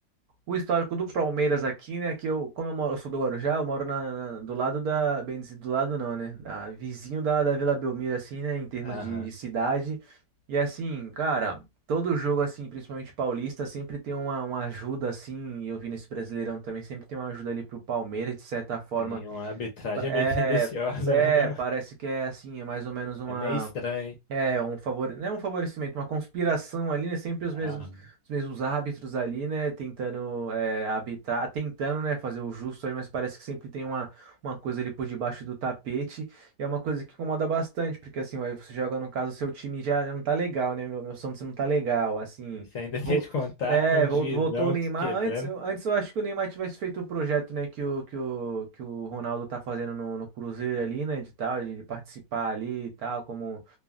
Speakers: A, on the right (about 65°); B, on the left (about 60°).
A: O histórico do Palmeiras aqui, né? Que eu, como eu moro, eu sou do Guarujá, eu moro na, na- do lado da, bem dizer, do lado não, né? da- vizinho da, da Vila Belmiro, assim, né? Em termos
B: Aham,
A: de, de cidade. E assim, cara, todo jogo, assim, principalmente paulista, sempre tem uma, uma ajuda, assim. E eu vi nesse Brasileirão também, sempre tem uma ajuda ali pro Palmeiras, de certa forma.
B: tem uma arbitragem
A: É,
B: meio <laughs> tendenciosa,
A: é,
B: né, não?
A: parece que é assim, é mais ou menos
B: É meio estranho.
A: é um favor, não é um favorecimento, uma conspiração ali, né? Sempre os
B: Aham.
A: mesmos, os mesmos árbitros ali, né? Tentando é, habitar, tentando, né? Fazer o justo aí, mas parece que sempre tem uma, uma coisa ali por debaixo do tapete. E é uma coisa que incomoda bastante, porque assim, aí você joga no caso, seu time já não tá legal, né? Meu, meu Santos não tá legal, assim.
B: Isso ainda
A: Vo-
B: tem de contar
A: é,
B: com o
A: vol-
B: juizão
A: voltou o Neymar.
B: quebrando
A: Antes, eu- antes eu acho que o Neymar tivesse feito o projeto, né, que o, que o, que o Ronaldo tá fazendo no, no Cruzeiro ali, né, de tal, de, de participar ali e tal, como